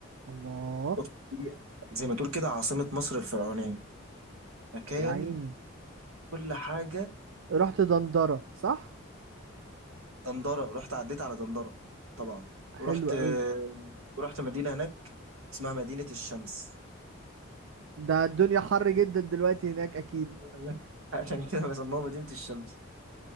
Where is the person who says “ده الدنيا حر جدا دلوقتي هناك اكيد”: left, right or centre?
Right